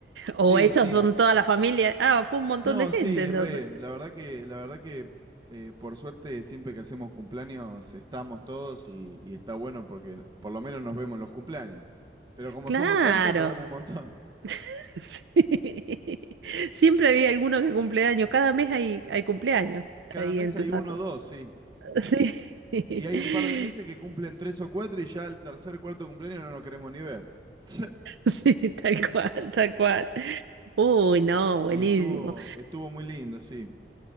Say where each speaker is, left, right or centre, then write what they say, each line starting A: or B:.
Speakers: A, on the right (about 90°); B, on the right (about 25°).
A: ¿O
B: Sí,
A: esos
B: sí.
A: son toda la familia? Ah, fue un montón
B: No,
A: de gente
B: sí,
A: entonces.
B: re, la verdad que, la verdad que eh, por suerte siempre que hacemos cumpleaños estamos todos y, y está bueno porque por lo menos nos vemos en los cumpleaños. Pero como
A: Claro.
B: somos tantos, nos vemos un montón.
A: <laughs> Sí. Siempre había alguno que cumple años. Cada mes hay, hay cumpleaños
B: Cada
A: ahí
B: mes
A: en
B: hay
A: tu casa.
B: uno o dos, sí.
A: Sí, <laughs>
B: Y hay un par de meses que cumplen tres o cuatro y ya el tercer, cuarto cumpleaños no nos queremos ni ver. <laughs>
A: sí, tal cual, tal cual. Uy, no, buenísimo.
B: Y estuvo, estuvo muy lindo, sí.